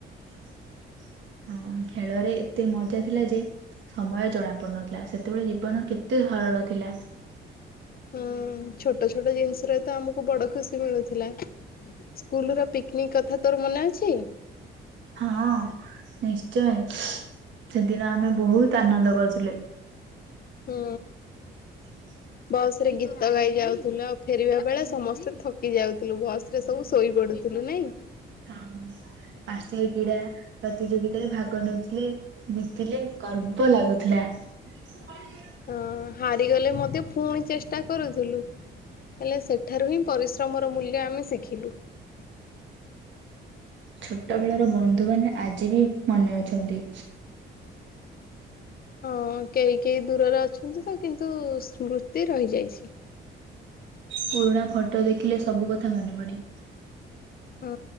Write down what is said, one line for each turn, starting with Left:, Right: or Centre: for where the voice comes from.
Right: <unintelligible> ହ ଖେଳରେ ଏତେ ମଜା ଥିଲା ଯେ ସମୟ ଜଣା ପଡୁନଥିଲା ସେତେବେଳେ ଜୀବନ କେତେ ସରଳ ଥିଲା।
Left: ହଁ। ଛୋଟ ଛୋଟ ଜିନିସରେ ତ ଆମ କୁ ବଡ ଖୁସି ମିଳୁଥିଲା ସ୍କୁଲ ର ପୀକିନିକ କଥା ତ ତୋର ମନେ ଅଛି।
Right: ହଁ ନିଶ୍ଚୟ। ସେଦିନ ଆମେ ବହୁତ ଆନନ୍ଦ କରିଥିଲେ।
Left: ହୁଁ।
Right: <unintelligible>
Left: ବସ ରେ ଗୀତ ଗାଇ ଯାଉଥିଲୁ ଆଉ ଫେରିବା ବେଳେ ସମସ୍ତେ ଥକି ଯାଉଥିଲୁ ବସ ରେ ସବୁ ଶୋଇପଡୁ। ଥିଲୁ ନାଇଁ।
Right: ହଁ। ଫାର୍ଶ୍ୟ କ୍ରୀଡ଼ା ପ୍ରତିଯୋଗିତାରେ ଭାଗ ନେଉଥିଲେ ଜିତିଲେ ଗର୍ବ ଲାଗୁଥିଲା। <unintelligible>
Left: ହଁ ହାରିଗଲେ ମଧ୍ୟ ପୁଣି ଚେଷ୍ଟା କରୁଥିଲୁ। ହେଲେ ସେଠାରୁ ହିଁ ପରିଶ୍ରମର ମୂଲ୍ୟ ଆମେ ଶିଖିଲୁ।
Right: ଛୋଟବେ ଳର ବନ୍ଧୁମାନେ ଆଜି ବି ମନେ ଅଛନ୍ତି।
Left: ହଁ କେହି କେହି ଦୂରରେ ଅଛନ୍ତି ତ କିନ୍ତୁ ସ୍ମୃତି ରହିଯାଇଛି।
Right: ପୁରୁଣା ଫଟୋ ଦେଖିଲେ ସବୁ କଥା ମନେ ପଡେ।
Left: ହଁ